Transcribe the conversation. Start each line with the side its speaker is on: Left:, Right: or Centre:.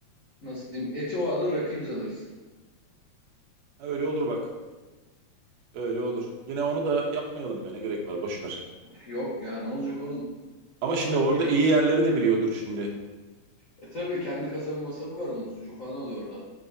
Left: nasıl diyeyim? Eti o alır, rakıyı biz alırız.
Right: Ha, Öyle olur bak. Öyle olur. Yine onu da yapmayalım be ne gerek var boş ver.
Left: Yok ya ne olacak oğlum?
Right: Ama
Left: O
Right: şimdi
Left: kadar
Right: orada
Left: geliyorsun.
Right: iyi yerleri de biliyordur şimdi.
Left: E tabii kendi kasabı masabı var onun. Sucuk falan alıyor oradan.